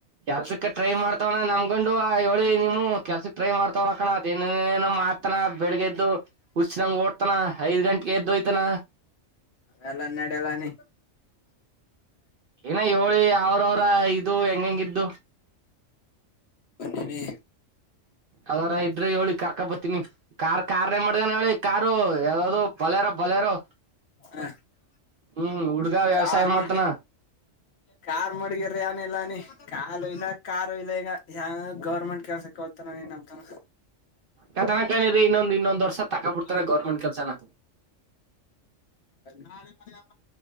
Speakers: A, on the right; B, on the left.
A: ಕೆಲ್ಸಕ್ಕೆ ಟ್ರೈ ಮಾಡ್ತವನ ನಮ್ ುವ ಹೇಳಿ ನಿವು ಕೆಲ್ಸಕ್ ಟ್ರೈ ಮಾಡ್ತವ್ನ ಕಣ ಮಾಡ್ತಾನ ಬೆಳಿಗ್ ಎದ್ದು ಹುಚ್ಚನಂಗ ಓಡ್ತನ ಐದ್ ಗಂಟ ಎದ್ದುೋಯ್ತನ
B: ಎಲ್ಲ ನಡೆ ಎಲ್ಲಾನ
A: ಏನ ಹೇಳಳಿ ಅವ್ರವರ ಇದು ಹೆಂಗ್ ಹೆಂಗ್ ಇದ್ದು
B: ಏನಿ
A: ಅವದರ ಇದ್ರೆ ಹೇಳೋಳಿ ಕಾರ್ ಕಕ್ಕ ಬರ್ತೀನಿ ಕಾರ್ ಕಾರ್ ಮಡ್ಗನ್ ಹೇಳಿ ಕಾರು ಯಾವ್ದದು ಬಲಾರೋ ಬುಲೆರೋ
B: ಹ
A: ಹ್ಮ್ ಹುಡ್ಗ ವ್ಯವಸಾಯ
B: ಕಾರ್
A: ಮಾಡ್ತಾನ
B: ಕಾರ್ ಮಡಗಿರಿ ಏನಿಲ್ಲ ನೀ ಕಾಲು ಇಲ್ಲ ಕಾರು ಇಲ್ಲ ಈಗ ಯಾವ ಗೌರ್ಮೆಂಟ್ ಕೆಲ್ಸಕ್ಕೆೋಳ್ತಾರ ನಮ್ ತಾವ
A: ಕತಣಕಾಣಿರಿ ಇನ್ನೊಂದ ಇನ್ನೊಂದ ವರ್ಷ ತಕ ಬಿಡ್ತಾರ
B: ಹಾಗ
A: ಗೌರ್ಮೆಂಟ್ ಕೆಲ್ಸನ
B: ನಾಳೆ ಹ